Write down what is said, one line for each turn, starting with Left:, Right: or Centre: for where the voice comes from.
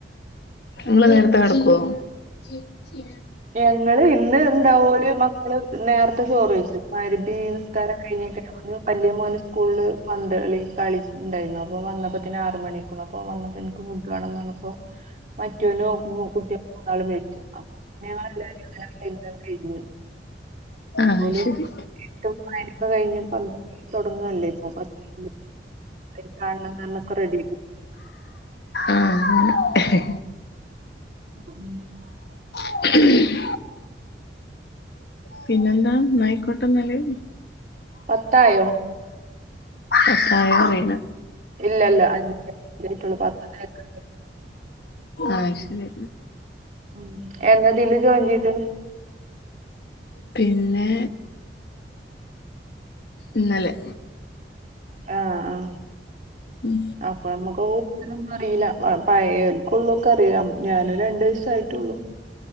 Left: നിങ്ങള് നേരത്തെ കിടക്കുവോ? <unintelligible>
Right: ഞങ്ങള് ഇന്ന് എന്താ ഓര് മക്കള് നേരത്തെ ചോറ് കഴിച്ചു മഗ്രിബ് നിസ്കാരം കഴിഞ്ഞിട്ട് ഞാനും വല്ല്യ മോന് സ്കൂളില് പന്ത് കളി കളി യിണ്ടായിരുന്നു. അപ്പോൾ വന്നപ്പോത്തിന്ന് ആറ് മണി. കുഞ്ഞപ്പൻ വന്നപ്പോ എനിക്ക് ഫുഡ് വേണം പറഞ്ഞപ്പോ മറ്റോന്നും ഒക്കും കുട്ടിള് മൂന്നാളും കഴിച്ചു. ഞങ്ങള് എല്ലരും <unintelligible> കഴിഞ്ഞു
Left: ആഹ് ആഹ്
Right: ഓല്
Left: ശരി
Right: എഴുതും വായനയൊക്കെ കഴിഞ്ഞ് തുടങ്ങല്ലേ ഇപം പത്തു മണിക്ക് അളി കാണണം പറഞ്ഞ് ഒക്കെ റെഡിയിക്ണ്.
Left: ആ അങ്ങനെ
Right: ഉം
Left: ഉം പിന്നെന്താ ന്നായിക്കോട്ടന്നല്ല്
Right: പത്തായോ
Left: പത്തായോ അറിയൂല
Right: ഇല്ലല്ല <unintelligible>
Left: ആഹ് ശരി
Right: ഉം എന്നതില് ജോയിൻ ചെയ്ത്ണ്
Left: പിന്നെ ഇന്നലെ
Right: ആഹ് ആഹ്
Left: ഉം
Right: അപ്പമ്മക്ക് <inaudible> മ്മൾഅറീല പയോര് ക്കൊള്ളക്കറിയാ ഞാന് രണ്ടീസായിട്ടൊള്ളൂ